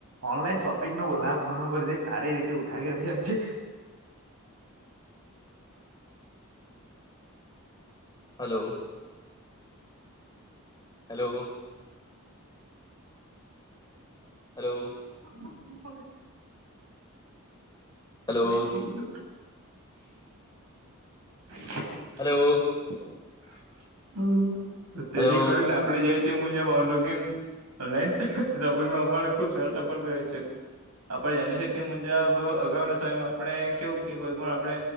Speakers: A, on the right; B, on the left.
A: ઓનલાઈન શોપિંગ નો લાભ ઘણો બર જે સારી રીતે ઉઠાવી રહ્યા છે.
B: Hello. Hello. Hello.
A: <inaudible>
B: hello
A: <inaudible> <inaudible>
B: Hello.
A: <unintelligible> તેથી
B: Hello
A: કરીને. આપણે જોઈએ તે મુજબ ઓનલાઈન <unintelligible> શોપિંગમાં આપને ખુબ <unintelligible> રહે છે. આપડણે જાણી <unintelligible> તે મુજબ અગાઉના સમયમાં આપડણે કેવું કે કોઈ પણ આપડણે.